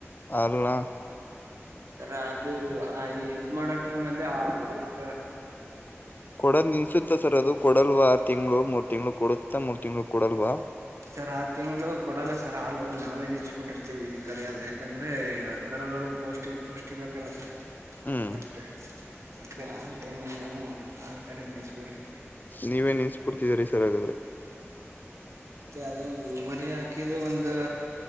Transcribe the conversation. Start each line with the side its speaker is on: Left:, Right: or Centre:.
Left: ಅಲ್ಲ.
Right: ಸರ ಅದು ಆ ಇದ ಮಾಡೋ ಟೈಮ್ ಅಲ್ಲಿ ಆಲ್ಕ
Left: ಕೊಡಲ್ ನಿನ್ಸುತ್ತ ಸರ್ ಅದು ಕೊಡಲ್ವ ಆರು ತಿಂಗಂಗಳು ಮೂರ್ ತಿಂಗ್ಗಳು ಕೊಡುತ್ತ ಮೂರ್ ತಿಂಗ್ಗಳು ಕೊಡಲ್ವಾ
Right: ಸರ್ ಆ ತಿಂಗಳು ಕೊಡಲ್ಲ ಸರ್ ಹಾಲು ನಾವೇ ನಿಲ್ಸ್ಬಿಟ್ಟಿರ್ತೀವಿ ಕರಿಯೋದ ಯಾಕಂದ್ರೆ ಕರುಗಳು ಪೌಷ್ಟಿ ಪೌಷ್ಟಿ ಬೇಕಲ್ಲ ಸರ್
Left: ಹ್ಮ್
Right: ಓಕೆ ಅದೆ ಆ ಟೈಮ ಅಲ್ಲಿ ನಾವು ಹಾಲ್ ಕರಿ ನಿಲ್ಸಿ ಬಿಡ್ರಿ
Left: ನೀವೇನ್ ನಿನ್ಸ್ಬಿಡ್ತಿದೀರಿ ಸರ್ ಹಾಗಾದ್ರೆ.
Right: ಅ ಮರಿ ಹಾಕಿದ ಒಂದು